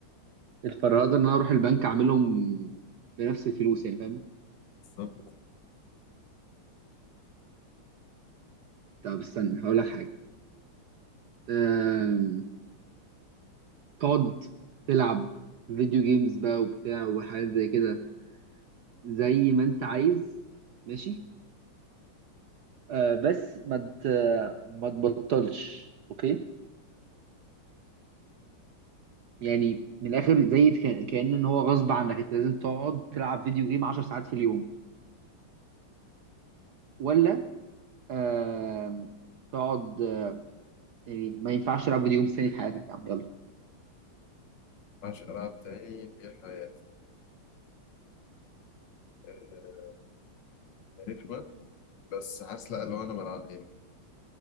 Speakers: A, on the right (about 65°); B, on the left (about 60°).
A: الفرهدة ان انا اروح البنك اعملهم بنفس الفلوس يعني فاهم
B: بالظبط
A: طب استنى هقول لك حاجة أم... تقعد تلعب فيديو جيمز بقى وبتاع وحاجات زي كده زي ما انت عايز ماشي أه بس ما مت... ما تبطلش اوكي يعني من الاخر زي ك... كأن ان هو غصب عنك انت لازم تقعد تلعب فيديو جيم 10 ساعات في اليوم ولا آم، تقعد آه، يعني ما ينفعش تلعب فيديو جيمز تاني في حياتك يا عم يلا
B: مبقاش ألعب تاني في حياتي آه، رخمة بس حاسس لأ لو أنا بلعب يعني